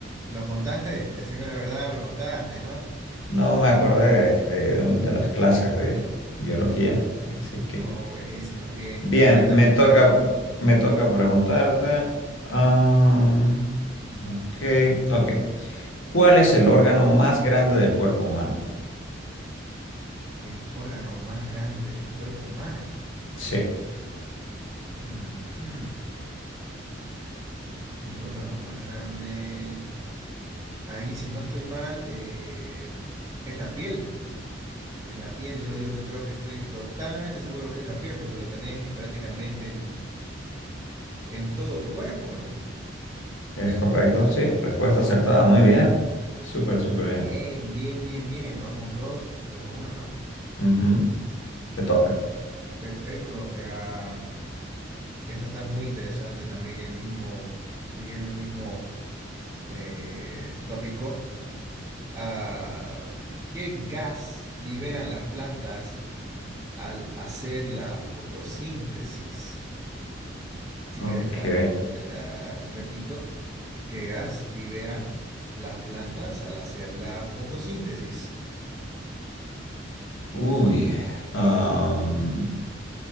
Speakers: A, on the right; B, on the left.
A: ¿Lo contaste? Decime la verdad, lo contaste, ¿no?
B: No me acordé de, de- un- de las clases de biología, así que...
A: Oh, buenísimo, bien,
B: Bien,
A: perfecta
B: me
A: la respuesta.
B: toca, me toca preguntarte. am, ok, ok. ¿Cuál es el órgano más grande del cuerpo humano?
A: El órgano más grande del cuerpo humano.
B: Sí,
A: Ujú, El órgano más grande. Ahí, si no estoy mal, eh, es la piel. Es la piel. Yo, yo creo que estoy totalmente seguro que es la piel porque lo tenés prácticamente en, en todo tu cuerpo, ¿no?
B: es correcto, sí. Respuesta acertada, muy bien. Súper, súper bien.
A: Bien, bien, bien, bien. Vamos dos, dos a uno, ¿no?
B: Ujú, Te toca.
A: Perfecto. eh, Esta está muy interesante también el mismo, siguiendo el mismo eh, tópico. Ah, ¿qué gas liberan las plantas al hacer la fotosíntesis? Si
B: Ok.
A: querés te la, te la repito. ¿Qué gas liberan las plantas al hacer la fotosíntesis?
B: Uy. am,